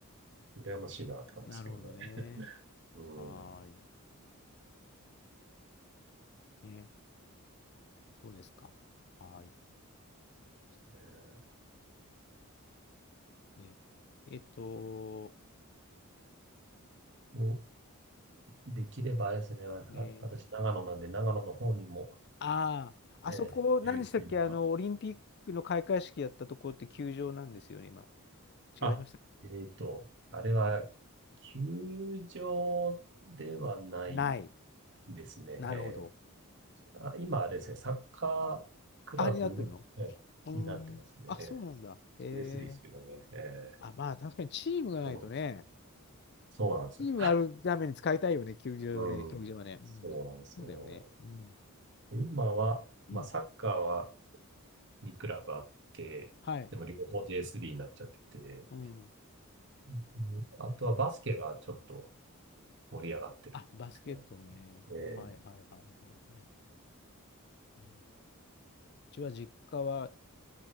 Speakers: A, on the right; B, on the left.
A: う、羨ましいなって感じですけどね。
B: なるほどね。
A: うん。
B: はーい。ね、そうですか。はーい。
A: ね、
B: ね。えっと、
A: もうできればあれですね、あ、
B: ね。
A: 私長野なんで、長野の方にも、
B: ああ、
A: えー、
B: あそこ、何でしたっけ、
A: 強いっていうか、
B: あの、オリンピックの開会式やったところって球場なんですよね、今。違いました。
A: あ、えっと、あれは、球場ではない
B: ない。
A: ですね。
B: なるほど。
A: えあ、今あれですね、サッカークラブの、
B: あ、になってるの
A: えになってますね。
B: うーん。あ、
A: ええ
B: そうなんだ。え
A: J3 ですけどね。
B: え
A: ええ
B: あ、まあ確かにチームがないとね。
A: そうそうなんですよ。
B: チームがあるために使いたいよね、球場はね、
A: うん。
B: 競技場はね。うん、
A: そうなんですよ。
B: そうだよね。うん。
A: 今は、
B: うん。
A: まあ、サッカーは2クラブあって、
B: はい。
A: でも両方 J3 になっちゃってて、
B: うん。
A: うんあとはバスケがちょっと盛り上がってるって感じ
B: あ、バスケットね。
A: ですね。
B: はいはいはいはいはい。えーうちは実家は